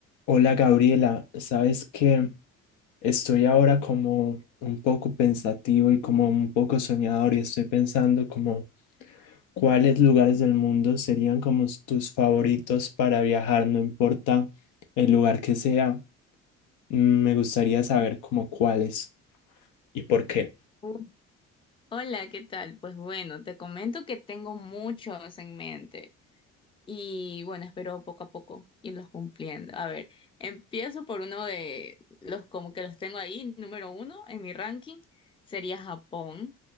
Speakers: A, on the left; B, on the left.
A: Hola Gabriela, sabes que estoy ahora como un poco pensativo y como un poco soñador y estoy pensando como cuáles lugares del mundo serían como s- tus favoritos para viajar, no importa el lugar que sea, mm, me gustaría saber como cuáles y por qué.
B: Uh, Hola, ¿qué tal? Pues bueno, te comento que tengo muchos en mente y bueno, espero poco a poco irlos cumpliendo. A ver, empiezo por uno de los como que los tengo ahí, número uno en mi ranking sería Japón,